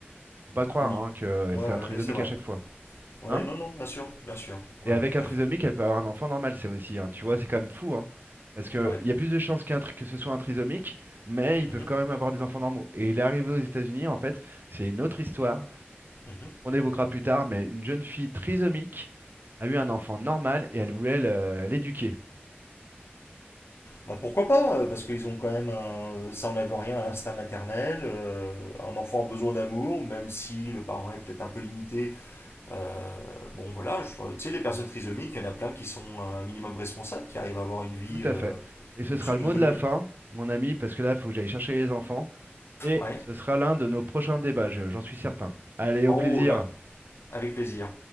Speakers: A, on the right; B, on the left.
A: Faut pas croire
B: Oui.
A: hein, que euh,
B: Ouais,
A: c'est
B: ouais, ouais,
A: un trisomique
B: c'est vrai.
A: à chaque fois.
B: Ouais,
A: Hein
B: non, non, bien sûr, bien sûr.
A: Et
B: Ouais,
A: avec
B: tout
A: un trisomique,
B: à fait.
A: elle peut avoir un enfant normal, c'est aussi, hein, tu vois, c'est quand même fou, hein. Parce qu'il
B: Ouais.
A: y a plus de chances qu'un tri- que ce soit un trisomique, mais ils peuvent
B: Mhm,
A: quand même avoir des enfants normaux. Et il est arrivé aux États-Unis, en fait, c'est une autre histoire
B: mhm.
A: qu'on évoquera plus tard, mais une jeune fille trisomique a eu un enfant normal et elle voulait le- l'éduquer.
B: Bah, pourquoi pas, euh, parce qu'ils ont quand même un... ça enlève rien à l'instinct maternel, euh, un enfant a besoin d'amour, même si le parent est peut-être un peu limité. Euh, bon voilà, je- tu sais, les personnes trisomiques, il y en a plein qui sont un minimum responsables, qui arrivent à avoir une vie,
A: Tout à
B: euh,
A: fait. Et ce
B: une
A: sera
B: pseudo-autonomie.
A: le mot de la fin, mon ami, parce que là, il faut que j'aille chercher les enfants. Et
B: Ouais.
A: ce sera l'un de nos prochains débats, je- j'en suis certain. Allez,
B: En
A: au
B: haut,
A: plaisir.
B: là, avec plaisir.